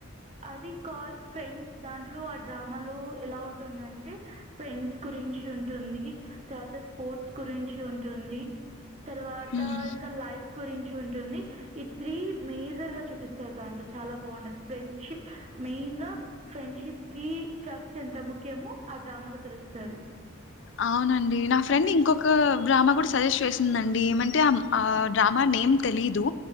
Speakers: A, on the right; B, on the left.
A: అది కాల్ ఫ్రెన్ దాంట్లో ఆ డ్రామాలూ ఎలా ఉంటుందంటే, ఫెండ్స్ గురించి ఉంటుందీ, తర్వాత స్పోర్ట్స్ గురించి ఉంటుందీ. తర్వాతా
B: ఉమ్
A: ఇంకా లైఫ్ గురిం ఉంటుంది ఈ త్రీ మేజర్ గా చూపిస్తు దాంట్ చాలా బాగుండంది ఫ్రెండ్షిప్ మెయిన్ గా ఫ్రెండ్షిప్ కి జస్ట్ ఎంత ముఖ్యమో ఆ డ్రామాలో తెలుస్తుంది
B: అవునండి నా ఫ్రెండ్ ఇంకొక డ్రామా కూడా సజెస్ట్ చేసిందండి ఏమంటే ఆ డ్రామా నేమ్ తెలీదు